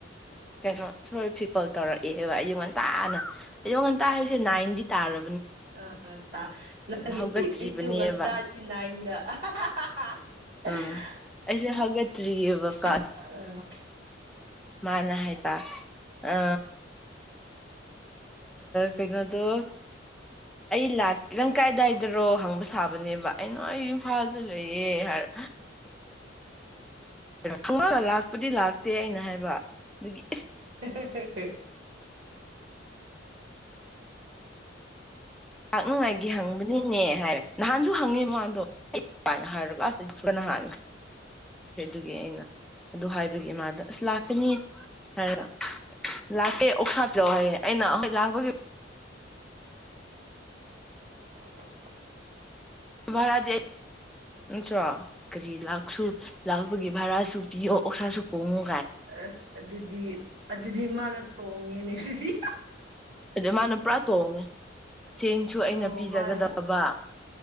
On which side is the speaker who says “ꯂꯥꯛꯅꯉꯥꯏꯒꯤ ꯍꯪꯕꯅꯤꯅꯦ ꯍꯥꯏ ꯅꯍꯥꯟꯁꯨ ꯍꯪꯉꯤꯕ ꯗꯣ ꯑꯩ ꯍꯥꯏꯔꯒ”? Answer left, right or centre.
Centre